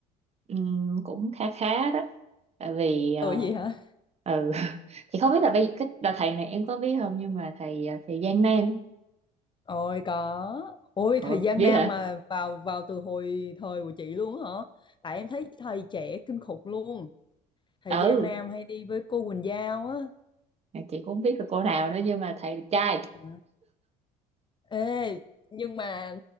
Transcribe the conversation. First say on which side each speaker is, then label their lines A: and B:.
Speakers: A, on the right; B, on the left.
A: Ừm, cũng khá khá đó tại vì ờ,
B: ừ gì hả
A: ừ <laughs> thì không biết là bây cái đợt thầy này em có biết không nhưng mà thầy ờ, thầy Giang Nam á.
B: ôi có ôi
A: Ủa,
B: thời gian
A: biết
B: nam
A: hả
B: mà vào vào từ hồi thời của chị luôn á hả tại em thấy thầy trẻ kinh khủng luôn thời
A: ừ
B: gian nam hay đi với cô Quỳnh Giao á
A: chị cũng không biết là cô nào nữa nhưng mà thầy đẹp trai
B: À. ê nhưng mà